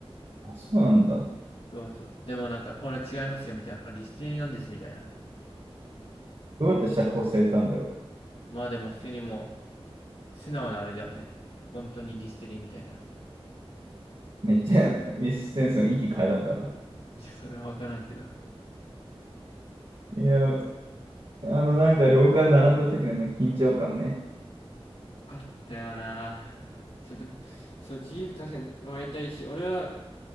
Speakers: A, on the right; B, on the left.
A: あ、そうなんだ。
B: そうそう。でもなんか、俺違いますよ、みたいな。これリステリンなんです、みたいな。
A: どうやって釈放されたんだろ
B: まあでも普通にもう、素直なあれだよね。本当にリステリンみたいな。い
A: う。めっちゃ <laughs> ミス・ステンソン息変えたのかな。
B: や、それはわからんけど。
A: いや、あの、なんか廊下に並んだ時のね、緊張感ね。
B: あったよな。それでも、そう、自由確かに会いたいし、俺は、